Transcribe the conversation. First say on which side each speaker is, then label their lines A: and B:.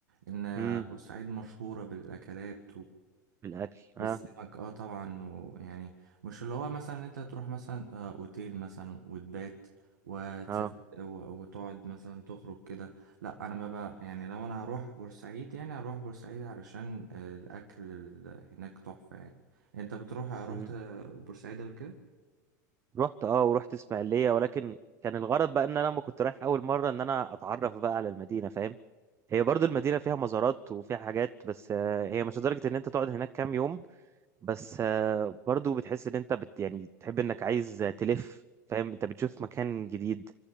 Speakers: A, on the right; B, on the right.
A: إن
B: أمم
A: بورسعيد مشهورة بالأكلات
B: الأكل أه
A: بالسمك اه طبعا ويعني مش اللي هو مثلا انت تروح مثلا آه، اوتيل مثلا وتبات وتسافر
B: أه
A: و- وتقعد مثلا تخرج كده لا انا ما بقى يعني لو انا هروح بورسعيد يعني هروح بورسعيد علشان آه، الاكل ال- هناك تحفة يعني انت بتروح رحت
B: مم.
A: آه، بورسعيد قبل كده؟
B: رحت اه ورحت اسماعيليه ولكن كان الغرض بقى ان انا لما كنت رايح اول مره ان انا اتعرف بقى على المدينه فاهم هي برضو المدينه فيها مزارات وفيها حاجات بس آه، هي مش لدرجه ان انت تقعد هناك كام يوم بس آه، برضو بتحس ان انت بت يعني تحب انك عايز تلف فاهم انت بتشوف مكان جديد